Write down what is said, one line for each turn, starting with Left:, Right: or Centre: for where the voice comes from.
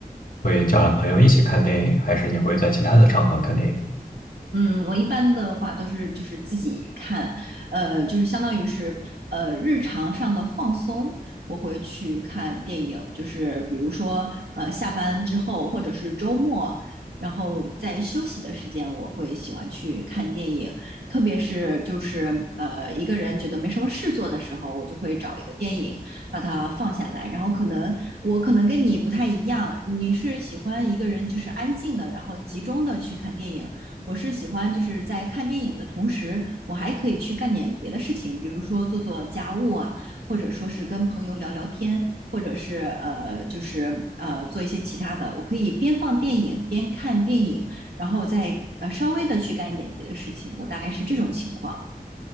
Left: 会叫上朋友一起看电影，还是你会在其他的场合看电影？
Right: 嗯，我一般的话都是就是自己看，呃，就是相当于是呃日常上的放松，我会去看电影，就是比如说呃下班之后或者是周末，然后在休息的时间，我会喜欢去看电影，特别是就是呃一个人觉得没什么事做的时候，我就会找一个电影把它放下来，然后可能我可能跟你不太一样，你是喜欢一个人就是安静的，然后集中的去看电影。我是喜欢就是在看电影的同时，我还可以去干点别的事情，比如说做做家务啊，或者说是跟朋友聊聊天，或者是呃就是呃做一些其他的。我可以边放电影边看电影，然后再呃稍微的去干一点别的事情。我大概是这种情况。